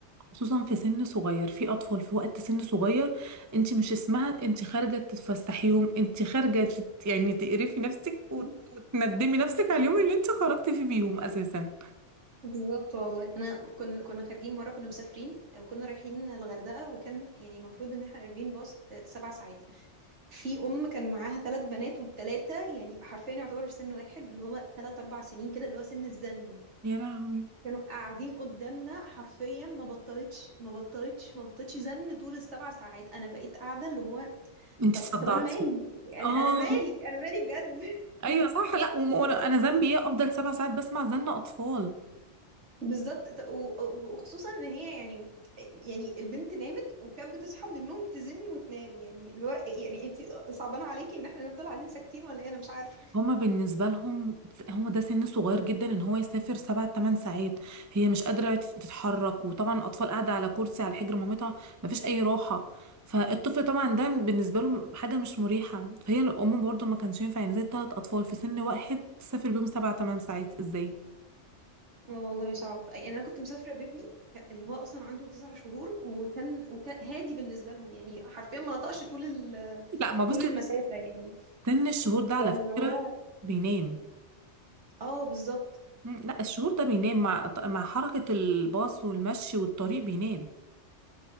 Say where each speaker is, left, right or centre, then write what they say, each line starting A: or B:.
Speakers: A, on the right; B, on the right.
A: خصوصا في سن صغير في اطفال في وقت سن صغير انت مش اسمها انت خارجه تتفسحيهم انت خارجه تت- يعني تقرفي نفسك وت-
B: <laughs>
A: وتندمي نفسك على اليوم اللي انت خرجتي فيه بيهم اساسا
B: بالظبط والله انا كنا كنا خارجين مره كنا مسافرين وكنا رايحين الغردقه وكان يعني المفروض ان احنا راكبين باص آه، سبع ساعات في ام كان معاها ثلاث بنات والثلاثه يعني حرفيا يعتبروا في سن واحد اللي هما ثلاث اربع سنين كده اللي هو سن الزن
A: يا لهوي
B: كانوا قاعدين قدامنا حرفيا ما بطلتش ما بطلتش ما بطلتش زن طول السبع ساعات انا بقيت قاعده اللي هو
A: انت
B: طب
A: صدعتي
B: طب انا مالي يعني
A: اه
B: انا مالي انا مالي بجد <laughs>
A: ايوه صح لا وم- وانا انا ذنبي ايه افضل سبع ساعات بسمع زن اطفال
B: بالظبط ط- و- و- وخصوصا ان هي يعني يعني البنت نامت وكانت بتصحى من النوم تزن وتنام يعني اللي هو يعني انت صعبان عليكي ان احنا نفضل قاعدين ساكتين ولا ايه انا مش عارفه
A: هما بالنسبة لهم هما ده سن صغير جدا ان هو يسافر سبع تمن ساعات هي مش قادرة تت- تتحرك وطبعا الاطفال قاعدة على كرسي على حجر مامتها مفيش اي راحة فالطفل طبعا ده بالنسبة له حاجة مش مريحة فهي الام برضو ما كانش ينفع يعني زي تلات اطفال في سن واحد تسافر بيهم سبع تمن ساعات ازاي
B: لا والله صعب يعني انا كنت مسافره بابني كان اللي هو اصلا عنده تسع شهور وكان وكان هادي بالنسبه لهم يعني حرفيا ما نطقش طول ال...
A: لا ما بص
B: طول المسافه يعني
A: سن الشهور ده على
B: فاللي
A: فكرة
B: هو
A: بينام
B: اه بالظبط
A: مم، لا الشهور ده بينام مع مع حركة الباص والمشي والطريق بينام